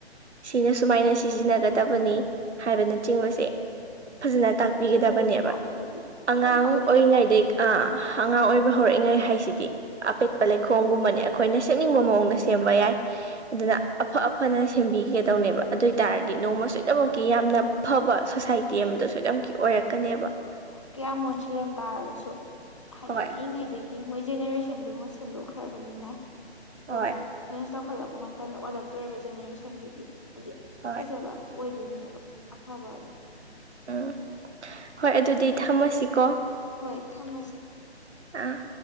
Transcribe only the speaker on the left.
ꯎꯝ
ꯐꯖꯅ ꯇꯥꯛꯈ꯭ꯔꯗꯤ
ꯑꯗꯨꯝ ꯍꯧꯔꯛꯏꯕ
ꯑꯥ
ꯎꯝ
ꯎꯝ
ꯀꯌꯥꯝ ꯃꯣꯠꯁꯤꯜꯂꯝ ꯇꯥꯔꯒꯁꯨ ꯍꯥꯏꯗꯤ
ꯄꯤꯛꯏꯉꯩ ꯗꯒꯤ ꯃꯣꯏ ꯖꯦꯅꯦꯔꯦꯁꯟꯗꯨꯃ ꯁꯦꯝꯗꯣꯛꯈ꯭ꯔꯕꯅꯤꯅ ꯑꯇꯣꯞꯄ
ꯈꯣꯏꯅ ꯆꯥꯎꯈꯠꯂꯛꯄ ꯃꯇꯝꯗ ꯑꯣꯜꯂꯛꯇꯣꯔꯤꯕ ꯖꯦꯅꯦꯔꯦꯁꯟꯗꯨꯗꯤ ꯍꯥꯏꯗꯤ
ꯐꯖꯕ ꯑꯣꯏꯗꯣꯏꯅꯦꯕ ꯑꯐꯕ ꯑꯗꯣ
ꯍꯣꯏ ꯊꯝꯃꯁꯦ